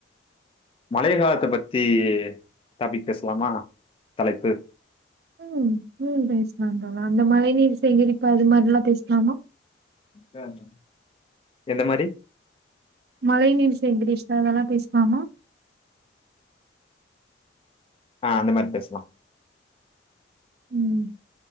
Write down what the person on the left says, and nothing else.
மழை காலத்த பத்தி டாபிக் பேசலாமா தலைப்பு
பேசலா எந்த மாரி
ஆ அந்த மாரி பேசலா